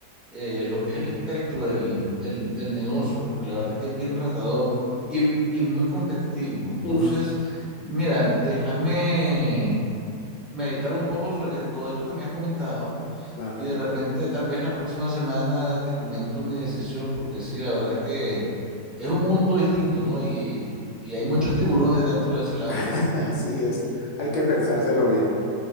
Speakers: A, in the centre; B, on the left.
A: eh, lo que es el espectro del, del, del negocio, porque la verdad es que es bien ratador y, y muy competitivo. Entonces,
B: uff,
A: mira, déjame meditar un poco sobre todo esto que me has comentado
B: claro,
A: Y de repente, tal vez la próxima semana te comento mi decisión, porque sí, la verdad es que es un mundo distinto, ¿no? Y, y hay muchos tiburones dentro de ese lago.
B: <laughs> así es. Hay que pensárselo bien.